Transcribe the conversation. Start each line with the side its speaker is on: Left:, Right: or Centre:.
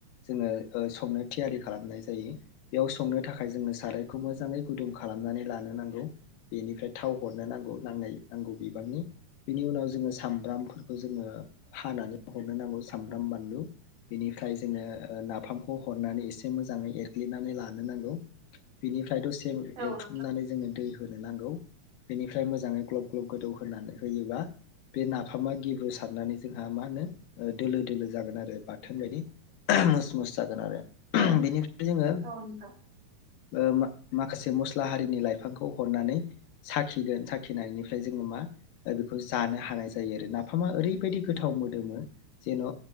Left: जोंङो संनो थियारि खालामनाय जायो। बेयाव संनो थाखाय जोंङो सारायखौ मोजाङै गुदुं खालामनानै लानो नांगौ। बेनिफ्राय थाव हरनो नांगौ नांनाय नांगौ बिबांनि। बेनि उनाव जोऔङो सामब्रामफोरखौ जोंङो हानानै हरनो नांगौ सामब्राम, बानलु बेनिफ्राय जोंङो नाफामखौ हरनानै एसे मोजाङै एरग्लिनानै लानो नांगौ। बेनि फ्राइ दसे
Right: औ
Left: एवथ्रुमनानै
Right: नोंथां
Left: जोंङो दै होनो नांगौ। बेनिफ्राय मोजांङै ग्लब ग्लब गोदौहोनानै होयोबा बे नाफामा गेब्रुसारनानै जोंहा मा होनो दोलो दोलो जागोन आरो बाथोन बायदि। मुस मुस जागोन आरो
Right: औ
Left: बेनिफ्राय जोंङो
Right: औ नोंथां
Left: ओ माखासे मस्ला हारिनि लाइफांखौ हरनानै साखिगोन, साखिनायनिफ्राय जोंङो मा बेखौ जानो हानाय जायो आरो। नाफामा ओरैबायदि गोथाव मोदोमो जेन'